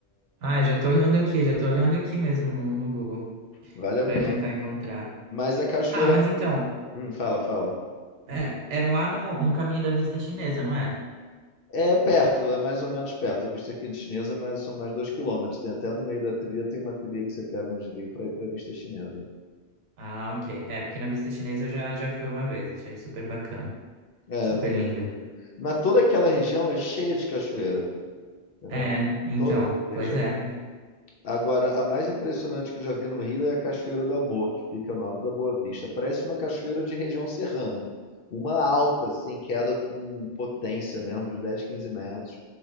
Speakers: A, on the right; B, on the left.
A: Ah, eu já tô olhando aqui, já tô olhando aqui mesmo no, no Google
B: Vale a
A: pra
B: pena.
A: tentar encontrar.
B: Mas a cachoeira.
A: Ah, mas então,
B: Hum, fala, fala.
A: é, é lá no, no caminho da vista chinesa, não é?
B: É perto, é mais ou menos perto. A vista aqui chinesa mas são mais dois quilômetros. Tem até no meio da trilha, tem uma trilha que você pega um desvio para ir para vista chinesa.
A: Ah, ok. É, porque na vista chinesa eu já, já fui uma vez, achei super bacana.
B: É,
A: Super
B: tem.
A: linda.
B: Mas toda aquela região é cheia de cachoeira. entendeu?
A: É, então,
B: Toda aquela região.
A: pois é. é,
B: Agora, a mais impressionante que eu já vi no Rio é a Cachoeira do Amor, que fica no Alto da Boa Vista. Parece uma cachoeira de região serrana. Uma alta, assim, queda com potência mesmo, de uns 10, 15 metros.